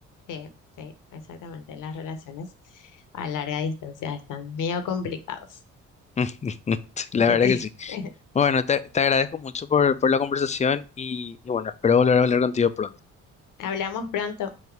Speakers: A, on the left; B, on the left.
A: Sí, sí, exactamente. Las relaciones a larga distancia están medio complicados.
B: <laughs> Sí, la
A: Sí.
B: verdad que sí.
A: <laughs>
B: Bueno, te, te agradezco mucho por, por la conversación y, y bueno, espero volver a hablar contigo pronto.
A: Hablamos pronto.